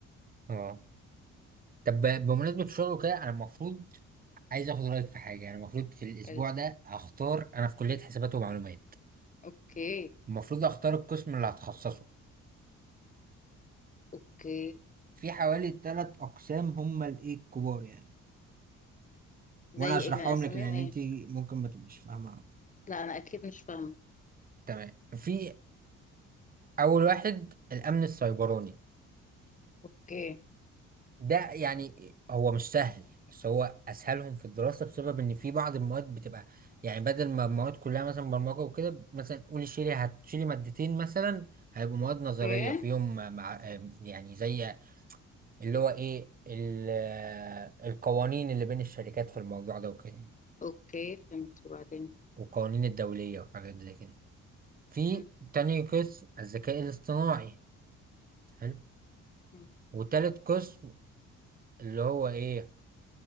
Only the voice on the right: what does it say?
اه طب ب- بمناسبة الشغل وكده انا المفروض عايز اخد رأيك في حاجة يعني المفروض في الاسبوع
ده اختار انا في كلية حسابات ومعلومات
المفروض اختار القسم اللي هتخصصه
في حوالي ثلاث اقسام هم الايه الكبار يعني
وانا اشرحهم
لك لان
انت ممكن ما تبقيش فاهمه
تمام في اول واحد الامن السيبراني
ده يعني هو مش سهل بس هو اسهلهم في الدراسه بسبب ان في بعض المواد بتبقى يعني بدل ما المواد كلها مثلا برمجه وكده مثلا قولي شيلي هتشيلي مادتين مثلا هيبقوا مواد نظريه
فيهم مع يعني زي اللي هو ايه ال- القوانين اللي بين الشركات في الموضوع ده وكده
والقوانين الدوليه وحاجات زي كده في
تاني قسم الذكاء الاصطناعي حلو
وتالت قسم اللي هو ايه